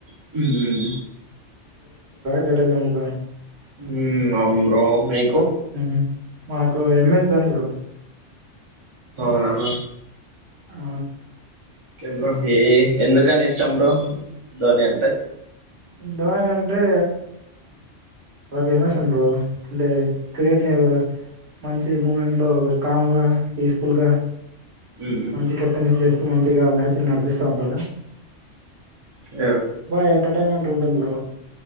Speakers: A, on the right (about 35°); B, on the right (about 60°).
A: ఉమ్
B: జడేజా మీకు
A: హోమ్ అవును బ్రో మీకు
B: ఉహు మాకు ఎంఎస్ ధోని బ్రో
A: అవున
B: ఆ
A: ఓకే బ్రో ఏ ఎందుకని ఇష్టం బ్రో ధోని అంటే
B: ధోని అంటే ఒక ఎమోషన్ బ్రో అంటే క్రియేట్ని మంచి మూమెంట్ లో ఒక కామ్గా పీస్ఫుల్గా
A: మ్మ్
B: మంచి కెప్టెన్సీ చేస్త ఎ మంచిగా మ్యాచ్లు నడిపిస్తా ఉంటాడు
A: ఓకే
B: బాగ ఎంటర్టైన్మెంట్ ఉ బ్రో